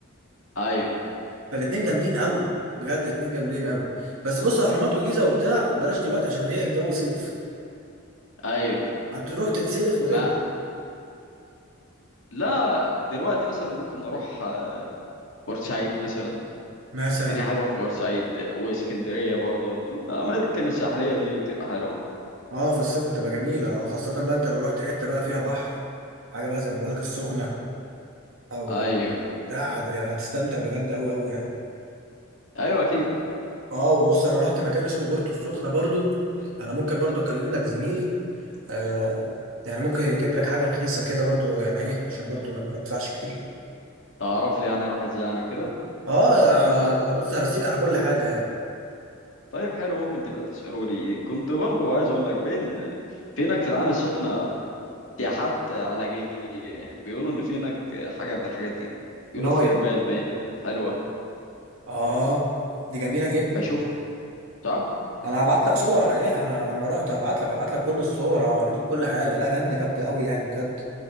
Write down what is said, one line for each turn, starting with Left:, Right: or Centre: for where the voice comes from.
Left: ايوه
Right: فالاتنين جامدين قوي بجد اتنين جامدين قوي بس بص اهرامات وجيزه وبتاع بلاش دلوقتي عشان هي الجو صيف
Left: ايوه
Right: هتروح تتسلخ وترجع
Left: ما لا دلوقتي مثلا ممكن نروح آه، بورسعيد مثلا
Right: مثلا
Left: الدنيا حلوة في بورسعيد واسكندرية برضه الأماكن الساحلية دي بتبقى حلوة
Right: اه في الصيف بتبقى جميلة اه خاصة بقى انت لو رحت حتة بقى فيها بحر حاجة بقى زي ما بقولك السخنة او
Left: أيوه
Right: ده هت- يعني هتستمتع بجد اوي اوي يعني
Left: أيوه أكيد
Right: اه وبص انا رحت مكان اسمه بورتو السخنة برضو انا ممكن برضو اكلم لك زميلي آه يعني ممكن يجيب لك حاجة رخيصة كده برضو يعني ايه عشان برضو ما, ما تدفعش كتير
Left: تعرف لي يعني راح إزاي يعني وكده
Right: اه يا-
Left: طيب
Right: بص هرسيك على كل حاجة يعني
Left: طيب حلو ممكن تبقى تسألوا لي كنت برضه عايز أقول لك بين في هناك في العين السخنة سياحات علاجية بيقولوا إن في هناك حاجة من الحاجات دي, دي. بيقولوا
Right: اللي هو
Left: في
Right: ايه
Left: رمال باين حلوة
Right: اه دي جميلة جدا
Left: بشوف صح؟
Right: انا هبعت لك صور عليها انا لما رحت هبعت لك هبعت لك كل الصور هوريك كل حاجة لا جامدة جامدة اوي يعني بجد